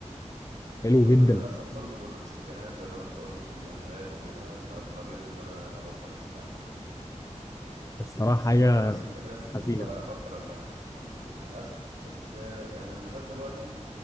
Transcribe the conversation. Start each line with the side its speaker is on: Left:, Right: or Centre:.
Left: حلو
Right: وللاسف
Left: جدا
Right: برضه نفس الكلام زي ما انت قلت الاشغال وكده فاضطريت ان انا ابطل السباحه في الاخر
Left: الصراحة
Right: بس
Left: حاجة
Right: برضه نفس الكلام
Left: حزينة
Right: افكر ارجع للأسف بس يعني أنا لغاية دلوقتي